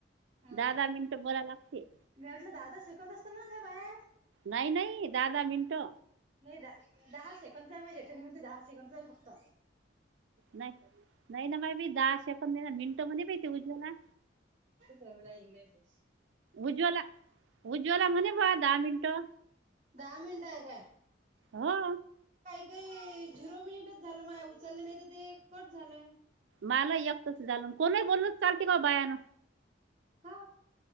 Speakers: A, on the right; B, on the right.
A: हा
B: दहा दहा मिनट बरा लागते.
A: मी वाटलं दादा सेकल असत मित ह बाय.
B: नाही नाही दाहा दहा मिनटो
A: नाही द दहा सेकंडचा आहे म जेठाणी म्हणते दहा सेकंडचा आहे फक्त
B: नाही नाही ना बा भी दहा सेकंद नाही ना मिनटं म्हणे बा ते उजव ना.
A: मला ये नाही बोस.
B: उज्ज्वला उज्वला म्हणे भा दहा मिनटो
A: दामीिडय का?
B: हो.
A: काही झिरो मिनिटच झालं मा उचललं नाही तर ते कट झालंय.
B: मला एकतच झालं कोणही बोलणच चालते का बायानं
A: हा